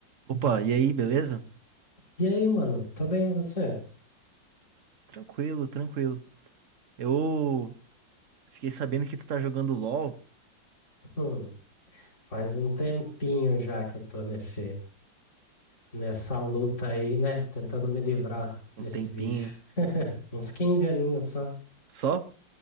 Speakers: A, on the right (about 50°); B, on the left (about 35°).
A: Opa, e aí, beleza?
B: E aí, mano? Tô bem, e você?
A: Tranquilo, tranquilo. Eu fiquei sabendo que tu tá jogando LoL
B: Hum, faz um tempinho já que eu tô nesse, nessa luta aí, né? Tentando me livrar
A: um
B: desse
A: tempinho
B: vício. Uns 15 aninhos só.
A: só?